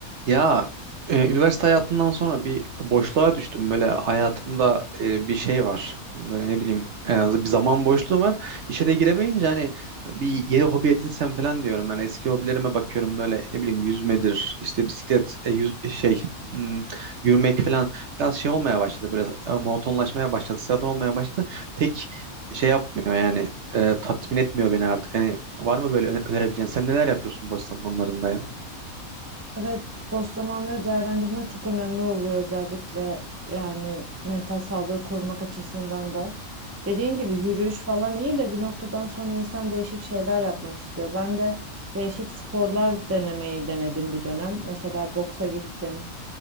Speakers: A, on the right (about 60°); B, on the right (about 20°).
A: Ya e, üniversite hayatından sonra bir boşluğa düştüm. Böyle hayatımda e, bir şey var. Böyle ne bileyim en az bir zaman boşluğu var. İşe de giremeyince hani bir yeni hobi edinsem falan diyorum. Yani eski hobilerime bakıyorum böyle ne bileyim yüzmedir, işte bisiklet, e, yüz, e, şey hmm, yürümek falan biraz şey olmaya başladı. Böyle e, monotonlaşmaya başladı, sıradan olmaya başladı. Pek şey yapmıyor yani e, tatmin etmiyor beni artık. Hani var mı böyle öne- önerebileceğin? Sen neler yapıyorsun boş zamanlarında ya?
B: Evet, boş zamanları değerlendirmek çok önemli oluyor özellikle yani mental sağlığı korumak açısından da. Dediğin gibi yürüyüş falan iyi de bir noktadan sonra insan değişik şeyler yapmak istiyor. Ben de değişik sporlar denemeyi denedim bir dönem. Mesela boksa gittim.